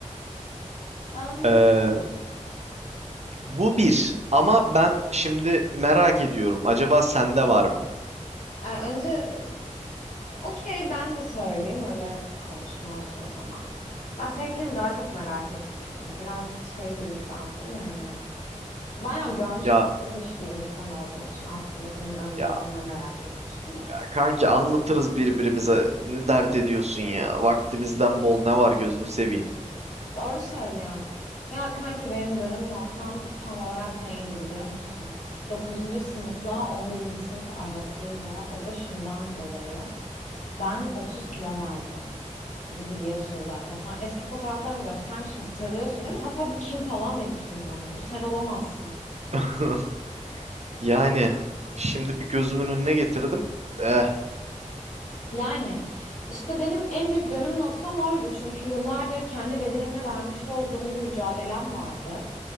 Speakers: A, on the left; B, on the right.
A: Anladım.
B: Ee, bu bir. Ama ben şimdi merak ediyorum. Acaba sende var mı?
A: Ee, önce e, okey ben de söyleyeyim öyle bir konuşma olsun o zaman. Ben seninkini daha çok merak etmiştim. Biraz şey bir insansın ya hani. Bayağı görmüş
B: Ya
A: geçirmiş bir insan olduğun için aslında senin önceliklerini
B: ya
A: merak etmiştim de.
B: kanki anlatırız birbirimize. Ne dert ediyorsun ya? Vaktimizden bol ne var gözünü seveyim.
A: Doğru söylüyorsun. Ya kanki benim dönüm noktam tam olarak neydi biliyor musun? Dokuzuncu sınıfla on birinci sınıf arasıydı. O da şundan dolayı. Ben 30 kilo verdim. Bunu biliyorsunuz zaten. Sana eski fotoğraflarımı göstermiştim hatırlıyorsun değil mi? Hatta bu kim falan demiştim bana. Bu sen olamazsın.
B: <laughs> Yani şimdi bir gözümün önüne getirdim. Eh.
A: Yani işte benim en büyük dönüm noktam oydu. Çünkü yıllardır kendi bedenimle vermiş olduğum bir mücadelem vardı.